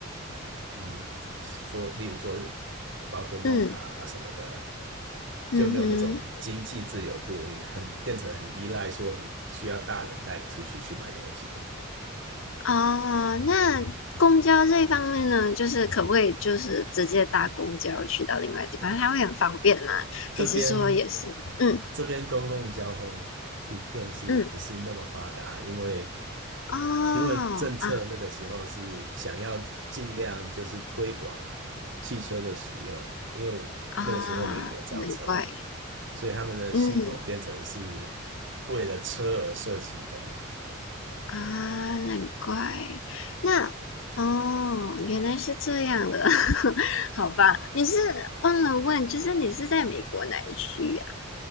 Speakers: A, on the right (about 60°); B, on the left (about 70°).
A: 嗯，说例如说宝可梦卡啊什么的，
B: 嗯
A: 就没有那种经济自由度，
B: 嗯哼，
A: 你很变成很依赖说你需要大人带你出去去买东西。
B: 哦，那公交这一方面呢，就是可不可以就是直接搭公交去到另外地方？它会很方便吗？还是说也是？
A: 这边
B: 嗯
A: 这边公共交通普遍是不是那么发达？
B: 嗯。
A: 因为
B: 哦，
A: 因为政策那个时候是想要尽量就是推广
B: 啊
A: 汽车的使用，因为那个时候美国造车，
B: 啊，难怪，
A: 所以他们的系统变成是
B: 嗯
A: 为了车而设计的。
B: 啊，难怪，那哦，原来是这样的，<laughs> 好吧，你是忘了问，就是你是在美国哪一区呀、